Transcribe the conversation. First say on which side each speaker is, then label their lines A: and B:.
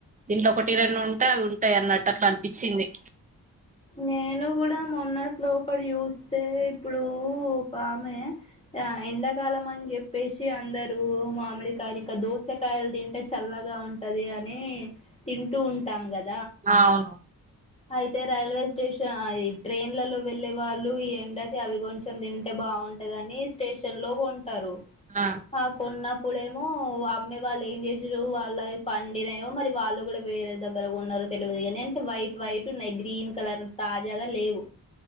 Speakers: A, on the right (about 20°); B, on the left (about 15°).
A: ఇంట్ల ఒకటి రన్న ఉంటే అవి ఉంటాయి అన్నట్టు అట్లా అనిపించింది
B: నేను కూడా మొన్నటి లోపటి చూస్తే ఇప్పుడు ఒక ఆమె ఎండాకాలం అని చెప్పేసి అందరూ మామిడికాయలు ఇంక దోసకాయలు తింటే చల్లగా ఉంటది అని తింటూ ఉంటాం కదా
A: ఆ ఆవును
B: అయితే రైల్వే స్టేషన్ ట్రైన్లలో వెళ్ళే వాళ్ళు ఈ ఎండకి అవి కొంచెం తింటే బాగుంటదని స్టేషన్ లో కొ టరు
A: ఆ
B: మాకున్న ఇప్పుడెమో అమ్మెవాళ్ళు ఏం చేసిరు వాళ్ళయి పండినయో మరి వాళ్ళు కూడ వేరె దగ్గర కొన్నరొ తెలవదు కని అంటే వైట్ వైట్ నెగ్ గ్రీన్ కలర్ తాజాగా లేవు